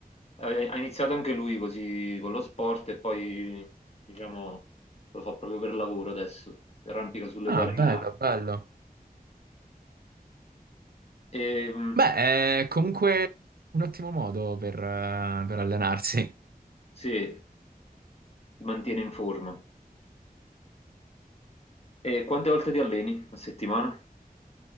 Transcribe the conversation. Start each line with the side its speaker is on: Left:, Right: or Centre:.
Left: Ha ha iniziato anche lui così con lo sport e poi, diciamo, lo fa proprio per lavoro adesso. Si arrampica sulle
Right: Ah,
Left: pareti.
Right: bello, bello.
Left: E, mm,
Right: Beh, è comunque un ottimo modo per, eh, per allenarsi.
Left: sì, si mantiene in forma. E quante volte ti alleni a settimana?